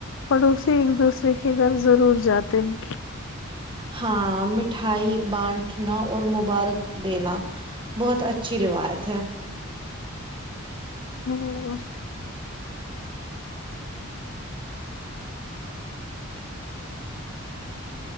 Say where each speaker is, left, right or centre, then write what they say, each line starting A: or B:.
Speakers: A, on the left; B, on the right.
A: پڑوسی ایک دوسرے کے گھر ضرور جاتے ہیں
B: ہاں مٹھائی بانٹنا اور مبارک دینا بہت اچھی روایت ہے
A: <unintelligible>